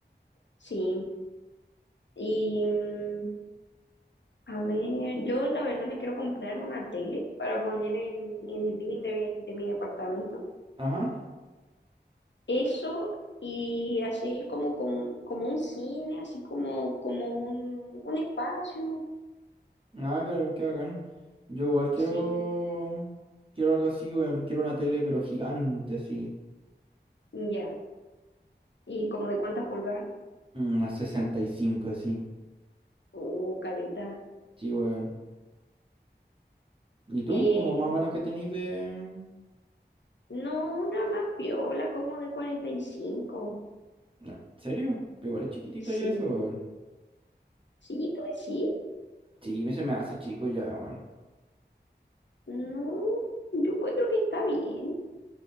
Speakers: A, on the left; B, on the right.
A: Sí. Y mm, a ver, yo la verdad me quiero comprar una tele para poner en, en el living de mi, de mi departamento.
B: Ajá.
A: Eso y así como, como, como un cine, así como, como un, un espacio.
B: Ah, qué, qué bacán. Yo igual quiero.
A: Sí,
B: Quiero algo así, weón. Quiero una tele, pero gigante, así.
A: ya. ¿Y como de cuántas pulgadas?
B: Una 65, así.
A: Uh, caleta.
B: Sí, weón. ¿Y tú?
A: Eh,
B: ¿Cómo más o menos que tenís de.
A: no, una más piola, como de cuarenta y cinco
B: ¿En serio? Pero igual es chiquitito
A: Sí.
B: ya eso, weón.
A: Sí, tú sí.
B: Sí, me- se me hace chico ya, weón.
A: No, yo encuentro que está bien.